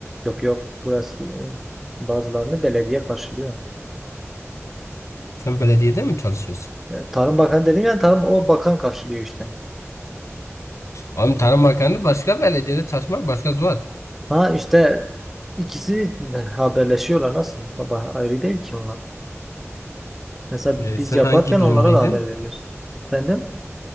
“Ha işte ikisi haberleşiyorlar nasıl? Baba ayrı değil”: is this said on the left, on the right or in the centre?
Centre